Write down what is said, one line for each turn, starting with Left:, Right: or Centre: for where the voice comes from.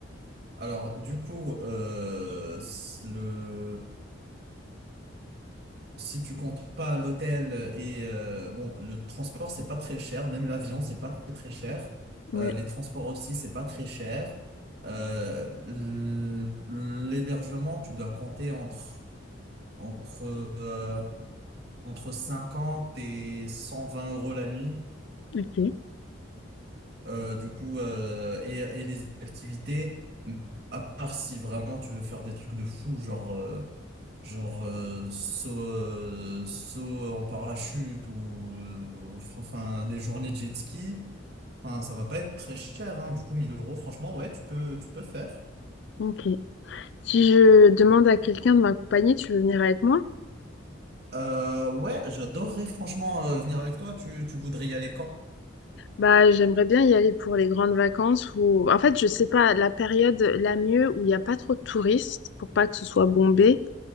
Right: Alors du coup, euh, le... Si tu comptes pas l'hôtel et euh, bon, le transport, c'est pas très cher, même l'avion, c'est pas très très cher.
Left: Ouais,
Right: Euh, les transports aussi, c'est pas très cher. Euh, l- l'hébergement, tu dois compter entre entre euh, entre 50 et 120 euros la nuit.
Left: ok,
Right: Euh, du coup, euh, et, et les activités, à part si vraiment tu veux faire des trucs de fou, genre euh, Genre euh, saut, euh, saut en parachute ou ou- enfin des journées de jet ski, enfin ça va pas être très cher hein. Du coup 1000 euros franchement ouais tu peux tu peux faire.
Left: ok. Si je demande à quelqu'un de m'accompagner, tu veux venir avec moi?
Right: Euh, ouais j'adorerais franchement euh, venir avec toi. Tu, tu voudrais y aller quand?
Left: Bah, j'aimerais bien y aller pour les grandes vacances ou en fait, je sais pas la période la mieux où il n'y a pas trop de touristes pour pas que ce soit bombé.